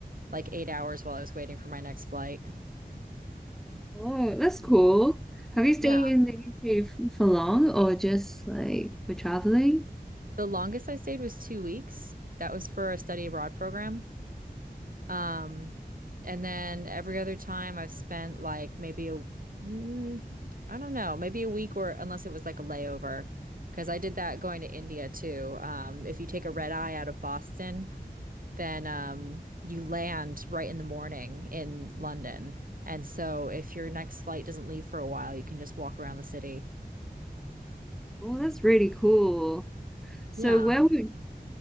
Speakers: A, on the right; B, in the centre.
A: like eight hours while I was waiting for my next flight.
B: Oh, that's cool. Have you stayed
A: Yeah,
B: in the UK for long or just like for traveling?
A: the longest I stayed was two weeks. That was for a study abroad program. Um, and then every other time I've spent like maybe a, mm, I don't know, maybe a week or unless it was like a layover, because I did that going to India too. Um, if you take a red eye out of Boston, then um, you land right in the morning in London. And so if your next flight doesn't leave for a while, you can just walk around the city.
B: Oh, that's really cool. So
A: Yeah.
B: where would